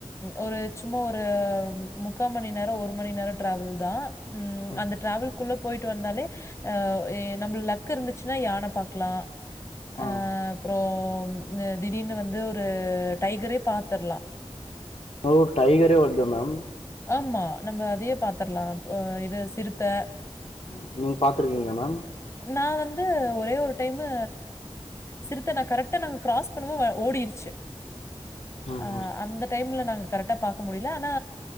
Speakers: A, on the left (about 25°); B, on the left (about 65°).
A: ஒரு சும்மா ஒரு முக்கா மணி நேரம் ஒரு மணி நேரம் டிராவல் தான் உம்
B: ம்
A: அந்த டிராவல் குள்ள போயிட்டு வந்தாலே அ ஏ நம்ளுக்கு லக்கு இருந்துச்சுன்னா யானை பாக்லாம்
B: ஆ
A: அ அப்புறம் ந திடீர்னு வந்து ஒரு டைகரே பாத்தர்லாம்
B: ஓ டைகரே வருது மேம்
A: ஆமா நம்ப அதையே பாத்தர்லாம் இப்ப இது சிறுத்த
B: ம் நீங்க பாத்துருக்கீங்களா மேம்
A: நா வந்து ஒரே ஒரு டைமு சிறுத்த நா கரெக்டா நாங்க கிராஸ் பண்ணுவோ ஓடிர்ச்சு
B: ம்
A: அ
B: ம்
A: அந்த டைம்ல நாங் கரெக்டா பாக்க முடியல ஆனா